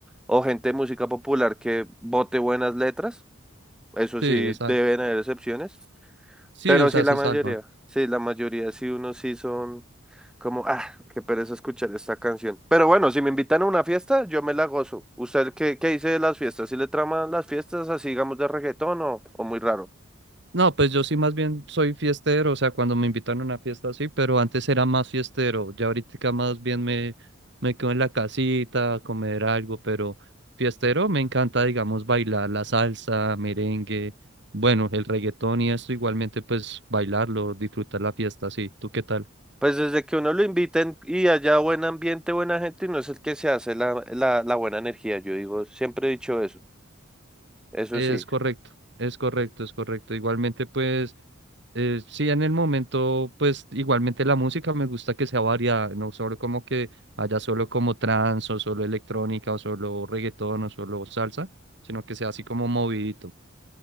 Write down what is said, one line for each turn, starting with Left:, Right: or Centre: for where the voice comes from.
Centre: o gente de música popular que bote buenas letras. Eso
Right: sí,
Centre: sí,
Right: exacto.
Centre: deben haber excepciones.
Right: Sí,
Centre: Pero
Right: o sea,
Centre: sí, la
Right: se
Centre: mayoría,
Right: salva.
Centre: sí, la mayoría, sí, unos sí son como, ah, qué pereza escuchar esta canción. Pero bueno, si me invitan a una fiesta, yo me la gozo. ¿Usted qué, qué dice de las fiestas? ¿Sí le traman las fiestas así, digamos, de reggaetón o, o muy raro?
Right: No, pues yo sí más bien soy fiestero, o sea, cuando me invitan a una fiesta así, pero antes era más fiestero, ya ahorita más bien me, me quedo en la casita a comer algo, pero fiestero me encanta, digamos, bailar la salsa, merengue, bueno, el reggaetón y esto igualmente pues bailarlo, disfrutar la fiesta, sí, ¿tú qué tal?
Centre: Pues desde que uno lo inviten y haya buen ambiente, buena gente, y no es el que se hace la, la, la buena energía, yo digo, siempre he dicho eso, eso
Right: Es
Centre: sí.
Right: correcto, es correcto, es correcto. Igualmente, pues, eh, sí, en el momento, pues, igualmente la música me gusta que sea variada, no solo como que haya solo como trance o solo electrónica o solo reggaetón o solo salsa, sino que sea así como movidito.